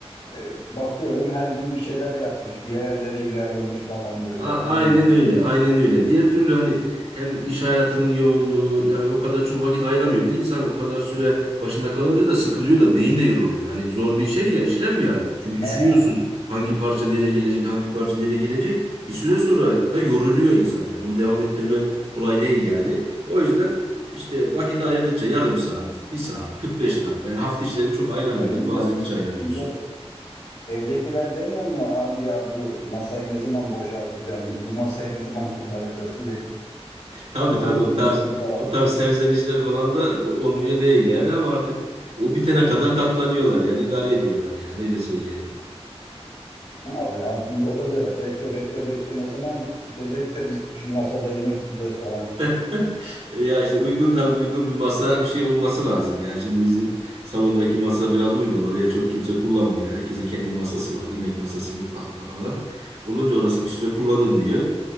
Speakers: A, on the left; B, on the right.
A: E, bakıyorum her gün bir şeyler yapmış, bir yerlere ilerlemiş falan böyle
B: A-
A: tamam
B: Aynen
A: mı?
B: öyle, aynen öyle. Diğer türlü hani hem iş hayatının yoğunluğu yani o kadar çok vakit ayıramıyor. Bir de insan o kadar süre başında kalınca da sıkılıyor da beyin de yoruluyor. Hani zor bir şey ya işlem ya. Çünkü düşünüyorsun
A: Ha.
B: hangi parça nereye gelecek, hangi parça nereye gelecek. Bir süre sonra da yoruluyor insan yani. Onu devam ettirmen kolay değil yani. O yüzden işte vakit ayırdıkça yarım saat, bir saat, 45 dakika. Yani hafta içleri çok ayıramıyor
A: E, millet,
B: ve bazen hiç ayıramıyorsun.
A: millet evdekiler demiyor mu abi ya bu masayı ne zaman boşaltacağımız, bu masayı ne zaman kullanacağız sürekli
B: Tabii tabii
A: dolu
B: o
A: meşgul
B: tarz
A: falan.
B: o tarz serzenişleri falan da e, olmuyor değil yani ama artık o bitene kadar katlanıyorlar yani idare ediyorlar yani öyle söyleyelim.
A: Abi hayatım o da diyor, bekle bekle bekle ne zaman bitecek de biz şu masada yemek yiyeceğiz falan.
B: <laughs> Ya işte uygun tabii uygun bir masa bir şey olması lazım yani şimdi bizim salondaki masa biraz uygun oraya çok kimse kullanmıyor herkesin kendi masası var yemek masası mutfakta falan olunca orası bir süre kullanılmıyor.